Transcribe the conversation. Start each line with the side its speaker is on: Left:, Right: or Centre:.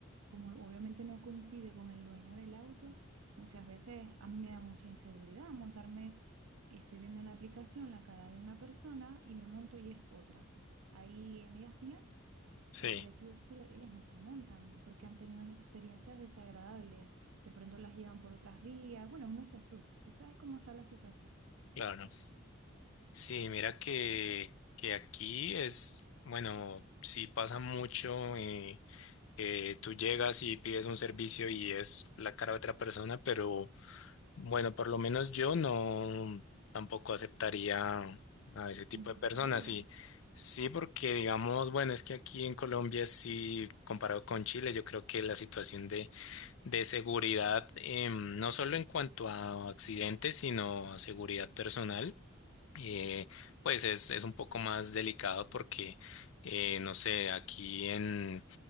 Right: como obviamente no coincide con el dueño del auto, muchas veces a mí me da mucha inseguridad montarme y estoy viendo en la aplicación la cara de una persona y me monto y es otra. Hay amigas mías
Left: Sí,
Right: eh, de aquí de Chile, ellas no se montan porque han tenido experiencias desagradables. De pronto las llevan por otras vías. Bueno, uno se asusta. ¿Tú sabes cómo está la situación?
Left: claro. Sí, mira que, que aquí es, bueno, sí pasa mucho, eh, eh, tú llegas y pides un servicio y es la cara de otra persona, pero bueno, por lo menos yo no tampoco aceptaría a ese tipo
Right: ¿En
Left: de personas.
Right: serio?
Left: Sí, sí, porque digamos, bueno, es que aquí en Colombia sí, comparado con Chile, yo creo que la situación de seguridad, em, no solo en cuanto a accidentes, sino a seguridad personal, eh, pues es, es un poco más delicado porque, eh, no sé, aquí en,